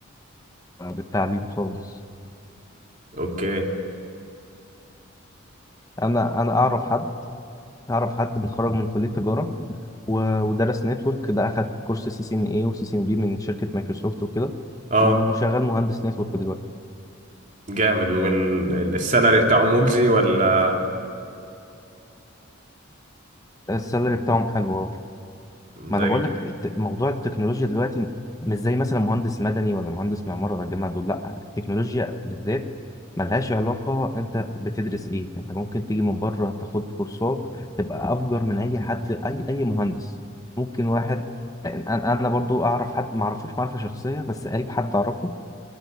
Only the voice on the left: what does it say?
بالتعليم خالص
انا انا اعرف حد اعرف حد متخرج من كليه تجاره و- ودرس نتورك ده اخد كورس سي سي ان اي وسي سي ان بي من شركه مايكروسوفت وكده
و- وشغال مهندس نتورك دلوقتي
السالري بتاعهم حلو ما
انا بقول
لك الت- موضوع التكنولوجيا دلوقتي مش زي مثلا مهندس مدني ولا مهندس معمار ولا جامعه دول لا التكنولوجيا بالذات ملهاش علاقه انت بتدرس ايه انت ممكن تيجي من بره تاخد كورسات تبقى افجر من اي حد اي اي مهندس ممكن واحد انا أنا برضو اعرف حد ما اعرفوش معرفه شخصيه بس قريب حد اعرفه